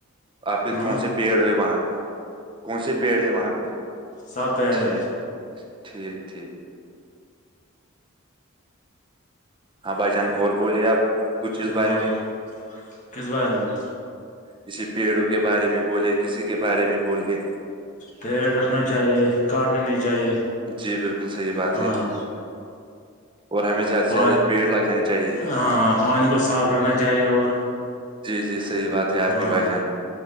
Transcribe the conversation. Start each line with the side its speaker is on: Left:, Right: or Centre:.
Right: آپ کے
Left: ہاں
Right: کون سے پیڑ ہو وہاں کون سے پیڑ ہے وہاں پہ
Left: سب پیڑ
Right: ٹھیک
Left: ہے
Right: ٹھیک ٹھیک ہاں بھائی جان اور بولیے آپ کچھ اس
Left: ہاں
Right: بارے میں
Left: کس بارے میں
Right: کسی پیڑوں کے بارے میں بولے کسی کے بارے میں بولے
Left: پیڑ رکھنا چاہیے کاٹنا نہیں چاہیے
Right: جی بالکل صحیح بات
Left: ہاں
Right: ہے اور ہمیں زیادہ سے
Left: پا
Right: زیادہ پیڑ لگانے چاہیے
Left: ہاں پانی کو صاف رکھنا چاہیے اور
Right: جی جی صحیح بات ہے آپ
Left: ہاں
Right: کی بھائی جان